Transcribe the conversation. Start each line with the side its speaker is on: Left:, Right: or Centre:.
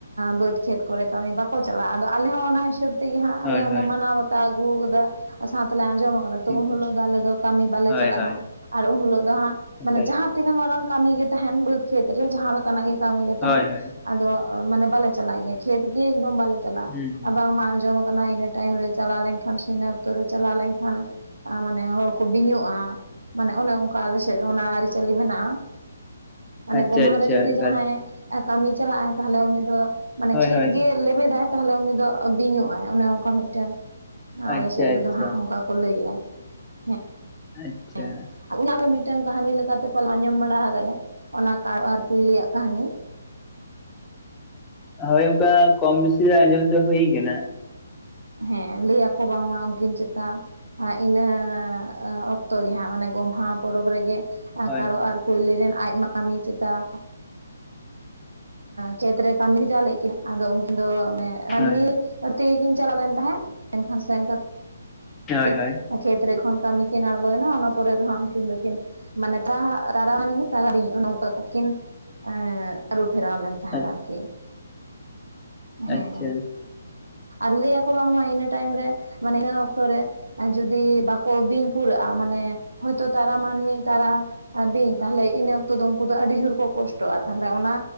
Right: ᱵᱟᱹᱫᱽ ᱠᱷᱮᱛ ᱠᱚᱨᱮ ᱠᱟᱹᱢᱤ ᱵᱟᱠᱚ ᱪᱟᱞᱟᱜᱼᱟ ᱟᱫᱚ ᱟᱞᱮ ᱦᱚᱸ ᱚᱱᱟ ᱦᱤᱥᱟᱹᱵ ᱛᱮᱜᱮ ᱦᱟᱜ
Left: ᱦᱳᱭ
Right: ᱟᱞᱮ ᱦᱚᱸᱞᱮ
Left: ᱦᱳᱭ
Right: ᱢᱟᱱᱟᱣ ᱵᱟᱛᱟᱣ ᱟᱹᱜᱩ ᱟᱠᱟᱫᱟ ᱥᱟᱶᱛᱮ ᱮ ᱟᱸᱡᱚᱢ ᱟᱠᱟᱫᱟ ᱛᱚ
Left: ᱮᱱᱠᱟ
Right: ᱩᱱ ᱦᱤᱞᱳᱜ ᱫᱚ ᱟᱞᱮ ᱫᱚᱞᱮ ᱟᱡᱚᱢ ᱟᱠᱟᱫᱟ ᱛᱚ ᱩᱱ ᱦᱤᱞᱚᱜ ᱫᱚ ᱟᱞᱮ ᱫᱚ ᱠᱟᱹᱢᱤ ᱵᱟᱞᱮ
Left: ᱦᱳᱭ
Right: ᱪᱟᱞᱟᱜᱼᱟ
Left: ᱦᱳᱭ
Right: ᱟᱨ ᱩᱱ ᱦᱤᱞᱚᱜ ᱫᱚ ᱦᱟᱸᱜ ᱢᱟᱱᱮ
Left: ᱮᱠᱟᱞ
Right: ᱡᱟᱦᱟᱸ ᱛᱤᱱᱟᱹᱜ ᱢᱟᱨᱟᱝ ᱠᱟᱹᱢᱤ ᱜᱮ ᱛᱟᱦᱮᱱ ᱵᱟᱹᱫ ᱠᱷᱮᱛ ᱨᱮ ᱡᱟᱦᱟ ᱞᱮᱠᱟᱱᱟᱜ ᱠᱟᱹᱢᱤ ᱜᱮ ᱛᱟᱦᱮᱱ
Left: ᱦᱳᱭ ᱦᱳᱭ
Right: ᱟᱫᱚ ᱢᱟᱱᱮ ᱵᱟᱞᱮ ᱪᱟᱞᱟᱜ ᱜᱮᱭᱟ ᱠᱷᱮᱛ ᱜᱮ ᱮᱠᱫᱚᱢ ᱵᱟᱞᱮ ᱪᱟᱞᱟᱜᱼᱟ
Left: ᱦᱩᱸ ᱦᱩᱸ
Right: ᱵᱟᱝ ᱢᱟ ᱟᱡᱚᱢ ᱠᱟᱱᱟ ᱤᱱᱟᱹ ᱴᱟᱭᱤᱢ ᱨᱮ ᱪᱟᱞᱟᱣ ᱞᱮᱱᱠᱷᱟᱱ ᱥᱮ ᱤᱱᱟᱹ ᱚᱠᱛᱚ ᱨᱮ ᱪᱟᱞᱟᱣ ᱞᱮᱱᱠᱷᱟᱱ ᱟᱨ ᱢᱟᱱᱮ ᱦᱚᱲ ᱠᱚ ᱵᱤᱧᱚᱜᱼᱟ᱾ ᱢᱟᱱᱮ ᱚᱱᱮ ᱚᱱᱠᱟ ᱟᱞᱮ ᱥᱮᱫ ᱚᱱᱟ ᱟᱹᱨᱤᱪᱟᱹᱞᱤ ᱢᱮᱱᱟᱜᱼᱟ᱾ ᱢᱟᱱᱮ
Left: ᱟᱪᱪᱷᱟ
Right: ᱜᱚᱢᱦᱟ
Left: ᱟᱪᱪᱷᱟ
Right: ᱨᱮ ᱡᱚᱫᱤ
Left: ᱮᱠᱟᱞ
Right: ᱡᱟᱦᱟᱸᱭ ᱠᱟᱹᱢᱤ ᱪᱟᱞᱟᱜᱼᱟᱭ ᱛᱟᱦᱚᱞᱮ ᱩᱱᱤ ᱫᱚ ᱢᱟᱱᱮ
Left: ᱦᱳᱭ
Right: ᱠᱷᱮᱛ
Left: ᱦᱳᱭ
Right: ᱜᱮᱭ ᱞᱮᱵᱮᱫᱟᱭ ᱛᱟᱦᱞᱮ ᱩᱱᱤ ᱫᱚ ᱵᱤᱧᱚᱜ ᱟᱭ ᱾ ᱚᱱᱮ ᱚᱱᱠᱟ ᱢᱤᱫᱴᱮᱱ ᱟᱞᱮᱥᱮᱫ
Left: ᱟᱪᱪᱷᱟ
Right: ᱨᱮᱫᱚ
Left: ᱟᱪᱪᱷᱟ
Right: ᱦᱟᱸᱜ ᱚᱱᱠᱟ ᱠᱚ ᱞᱟᱹᱭᱟ ᱾ ᱦᱮᱸ
Left: ᱟᱪᱪᱷᱟ
Right: ᱦᱮᱸ ᱟᱨ ᱚᱱᱟ ᱠᱚᱨᱮ ᱢᱤᱫᱴ <unintelligible> ᱢᱤᱫᱴᱮᱱ ᱠᱟᱹᱦᱱᱤ ᱞᱮᱠᱟᱛᱮ ᱯᱟᱞ ᱟᱸᱡᱚᱢ ᱵᱟᱲᱟ ᱠᱟᱫᱟ ᱚᱱᱟ ᱠᱟᱲ ᱠᱩᱭ-ᱞᱤᱭᱟᱜ ᱠᱟᱹᱦᱱᱤ
Left: ᱦᱳᱭ ᱚᱱᱠᱟ ᱠᱚᱢ ᱵᱮᱥᱤ ᱫᱚ ᱟᱸᱡᱚᱢ ᱫᱚ ᱦᱩᱭ ᱠᱟᱱᱟ
Right: ᱦᱮᱸ ᱞᱟᱹᱭᱟᱠᱚ ᱵᱟᱝᱢᱟ ᱩᱱᱠᱤᱱ ᱪᱮᱛᱟ ᱤᱱᱟᱹ ᱚᱠᱛᱚ ᱜᱮ ᱦᱟᱸᱜ ᱢᱟᱱᱮ ᱜᱚᱢᱦᱟ ᱯᱚᱨᱚᱵᱽ ᱨᱮᱜᱮ
Left: ᱦᱳᱭ
Right: ᱠᱟᱨᱚ
Left: ᱦᱳᱭ
Right: ᱟᱨ ᱠᱩᱭᱞᱤ ᱨᱮᱱ ᱟᱭᱢᱟᱢᱤ ᱪᱮᱛᱟᱱ ᱠᱷᱮᱛᱨᱮ ᱠᱟᱹᱢᱤᱮᱡᱟᱣ ᱞᱮᱫ ᱠᱤᱱᱟᱹ ᱟᱫᱚ ᱩᱱᱠᱤᱱ ᱫᱚ ᱢᱟᱹᱱᱢᱤ
Left: ᱦᱳᱭ
Right: ᱛᱮᱜᱮ ᱠᱤᱱ <inaudible> ᱪᱟᱞᱟᱣ ᱞᱮᱱ ᱛᱟᱦᱮᱸᱫ ᱮᱱᱠᱷᱟᱱ ᱥᱮᱱ
Left: ᱦᱳᱭ
Right: ᱠᱟᱛᱮ
Left: ᱦᱳᱭ
Right: ᱠᱷᱮᱛ ᱨᱮ ᱠᱷᱚᱱ ᱠᱟᱹᱢᱤ ᱠᱤᱱ ᱟᱬᱜᱚᱭᱮᱱᱟ ᱚᱱᱟ ᱯᱚᱨᱮ ᱫᱚ ᱦᱟᱸᱜ ᱩᱱᱠᱤᱱ ᱫᱚᱠᱤᱱ ᱢᱟᱱᱮ ᱛᱟᱦᱟ ᱛᱟᱨᱟ ᱢᱟᱹᱱᱢᱤ ᱛᱟᱨᱟ ᱵᱤᱧ ᱚᱱᱮ ᱚᱱᱠᱟ ᱠᱟᱛᱮ ᱠᱤᱱ ᱮ ᱟᱹᱨᱩ ᱯᱷᱮᱨᱟᱣ ᱞᱮᱱ ᱛᱟᱦᱮᱫ
Left: ᱦᱳᱭ
Right: ᱟᱨᱠᱤ ᱦᱮᱸ
Left: ᱟᱪᱪᱷᱟ
Right: ᱟᱨ ᱞᱟᱹᱭ ᱟᱠᱚ ᱵᱟᱝᱢᱟ ᱤᱱᱟᱹ ᱴᱟᱭᱤᱢ ᱨᱮ ᱢᱟᱱᱮ ᱤᱱᱟᱹ ᱚᱠᱛᱚᱨ ᱨᱮ ᱡᱩᱫᱤ ᱵᱟᱠᱚ ᱵᱤᱧ ᱯᱩᱨᱟᱹᱜᱼᱟ ᱢᱟᱱᱮ ᱦᱚᱭᱛᱚ ᱛᱟᱨᱟ ᱢᱟᱹᱱᱢᱤ ᱛᱟᱨᱟ ᱟ ᱵᱤᱧ ᱛᱟᱦᱚᱞᱮ ᱤᱱᱟᱹ ᱚᱠᱛᱚ ᱫᱚ ᱩᱱᱠᱩ ᱫᱚ ᱟᱹᱰᱤ ᱡᱳᱨ ᱠᱚ ᱠᱚᱥᱴᱚᱜᱼᱟ ᱟᱨ ᱛᱟᱦᱚᱞᱮ ᱚᱱᱟ